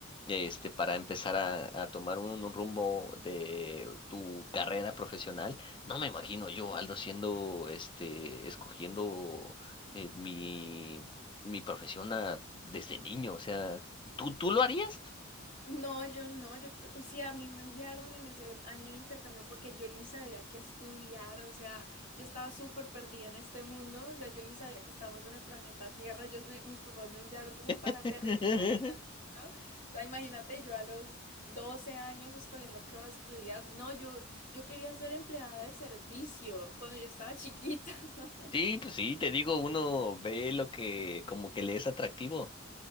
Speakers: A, on the left; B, on the left.
A: este, para empezar a, a tomar un, un rumbo de tu carrera profesional. No me imagino yo, Aldo, siendo, este, escogiendo eh, mi, mi profesión a- desde niño. O sea, ¿tú, tú lo harías?
B: No, yo no, yo, cre- o sea, a mí me enviaron en ese año de intercambio porque yo ni sabía qué estudiar, o sea, yo estaba súper perdida en este mundo, o sea, yo ni sabía que estábamos en el planeta Tierra, yo me- mis papás me enviaron como para
A: <laughs>
B: aterrizar en el, ¿no? O sea, imagínate yo a los 12 años escogiendo qué va a estudiar, no, yo, yo quería ser empleada de servicio cuando yo estaba chiquita, <laughs>
A: Sí, pues sí, te digo, uno ve lo que como que le es atractivo.